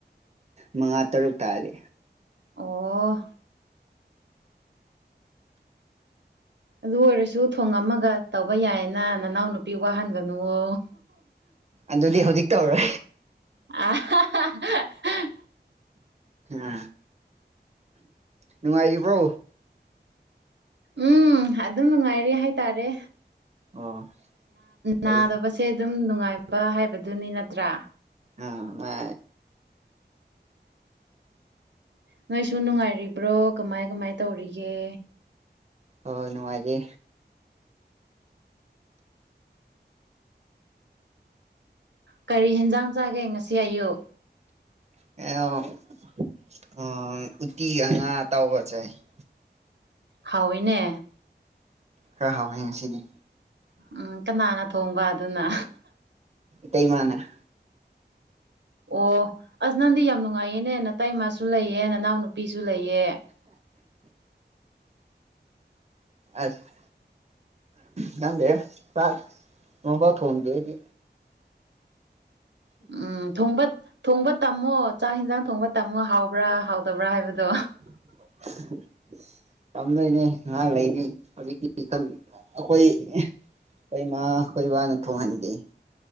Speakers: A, on the right; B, on the right.
A: ꯃꯉꯥ ꯇꯔꯨꯛ ꯇꯥꯔꯗꯤ
B: ꯑꯣ꯫ ꯑꯗꯨ ꯑꯣꯏꯔꯁꯨ ꯊꯣꯡ ꯑꯃꯒ ꯇꯧꯕ ꯌꯥꯏꯅ ꯅꯅꯥꯎ ꯅꯨꯄꯤ ꯋꯥꯍꯟꯒꯅꯨꯋꯣ
A: ꯑꯗꯨꯗꯤ ꯍꯧꯖꯤꯛ ꯇꯧꯔꯦ꯫
B: <unintelligible>
A: ꯑ ꯅꯨꯡꯉꯥꯏꯔꯤꯕ꯭ꯔꯣ
B: ꯎꯝ ꯑꯗꯨꯝ ꯅꯨꯡꯉꯥꯏꯔꯦ ꯍꯥꯏꯇꯥꯔꯦ꯫
A: ꯑꯣ ꯐꯩ
B: ꯅꯥꯗꯕꯁꯦ ꯑꯗꯨꯝ ꯅꯨꯡꯉꯥꯏꯕ ꯍꯥꯏꯕꯗꯨꯅꯤ ꯅꯠꯇ꯭ꯔꯥ꯫
A: ꯑ ꯃ
B: ꯅꯣꯏꯁꯨ ꯅꯨꯡꯉꯥꯏꯔꯤꯕ꯭ꯔꯣ ꯀꯃꯥꯏ ꯀꯃꯥꯏ ꯇꯧꯔꯤꯒꯦ
A: ꯑꯁ ꯅꯨꯡꯉꯥꯏꯇꯦ
B: ꯀꯔꯤ ꯍꯦꯟꯖꯥꯡ ꯆꯥꯒꯦ ꯉꯁꯤ ꯑꯌꯨꯛ꯫
A: <unintelligible>
B: ꯍꯥꯎꯏꯅꯦ꯫
A: ꯈꯔ ꯍꯥꯎꯋꯦ ꯉꯁꯤꯗꯤ
B: ꯎꯝ ꯀꯅꯥꯅ ꯊꯣꯡꯕ ꯑꯗꯨꯅ
A: ꯇꯩꯃꯅ꯫
B: ꯑꯣ ꯑꯁ ꯅꯪꯗꯤ ꯌꯥꯝ ꯅꯨꯡꯉꯥꯏꯌꯦꯅꯦ ꯅꯇꯩꯃꯥꯁꯨ ꯂꯩꯌꯦꯅꯦ ꯅꯅꯥꯎ ꯅꯨꯄꯤꯁꯨ ꯂꯩꯌꯦ
A: ꯑꯁ꯫ ꯈꯪꯗꯦ ꯆꯥꯛ ꯅꯣꯡꯐꯥꯎ ꯊꯣꯡꯗꯔꯤ
B: ꯎꯝ ꯊꯣꯡꯕ ꯊꯣꯡꯕ ꯇꯝꯃꯣ ꯆꯥꯛ ꯌꯦꯟꯖꯥꯡ ꯊꯣꯡꯕ ꯇꯝꯃꯣ ꯍꯥꯎꯕ꯭ꯔꯥ ꯍꯥꯎꯗꯕ꯭ꯔꯥ ꯍꯥꯏꯕꯗꯣ
A: <inaudible> ꯇꯝꯗꯣꯏꯅꯦ ꯉꯍꯥ ꯂꯩꯔꯤ ꯍꯧꯖꯤꯛꯇꯤ ꯑꯩꯈꯣꯏ꯫ ꯑꯩꯈꯣꯏ ꯏꯃꯥ ꯑꯩꯈꯣꯏ ꯏꯕꯥꯅ ꯊꯣꯡ ꯍꯟꯗꯦ꯫